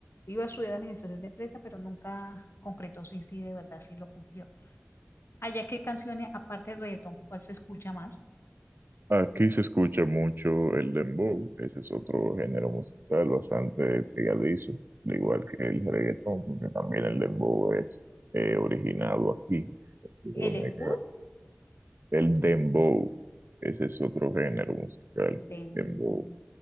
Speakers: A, on the left (about 85°); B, on the right (about 60°).
A: iba a estudiar administración de empresas, pero nunca concretó si, si de verdad sí lo cumplió. Allá, ¿qué canciones, aparte del reggaetón, cuál se escucha más?
B: Aquí se escucha mucho el dembow, ese es otro género musical bastante pegadizo, al igual que el reggaetón, porque también el dembow es eh, originado aquí, en República
A: El
B: Dominicana.
A: embudo
B: El dembow, ese es otro género musical,
A: de embudo.
B: dembow,